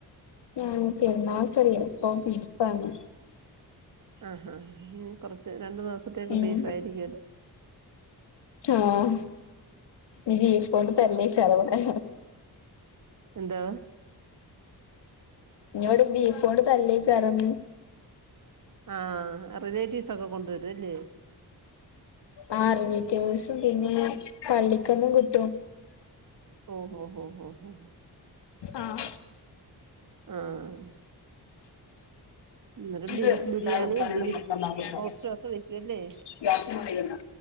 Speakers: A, on the left (about 90°); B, on the right (about 50°).
A: ആഹ് പെരുന്നാളൊക്കെ അല്ലെ അപ്പം ബീഫാണ്
B: ആഹാ കുറച്ച് രണ്ടു ദിവസത്തേക്ക്
A: ഉം
B: ബീഫ് ആയിരിക്കുംല്ലേ
A: ഓഹ് ഇനി ബീഫോണ്ട് തല്ലേകാരം ഇവിടെ
B: എന്താ
A: ഇഞോവിട് ബീഫോണ്ട് തല്ലേകാരം ന്ന്
B: ആ റിലേറ്റീവ്സ് ഒക്കെ കൊണ്ടുവരുംല്ലേ
A: ആ റിലേറ്റീവ്സും പിന്നെ പള്ളിക്കൊന്നും കിട്ടും
B: ഓഹ് ഓഹ് ഓഹ്
A: ആഹ്
B: ആഹ് അന്നേരം
A: ഇത്
B: ബീഫ്
A: എന്താലും
B: ബിരിയാണി
A: പരളുംന്നങ്ങ
B: ബീഫ്
A: പറ
B: റോസ്റ്റും ഒക്കെ വെക്കുവല്ലേ
A: <unintelligible>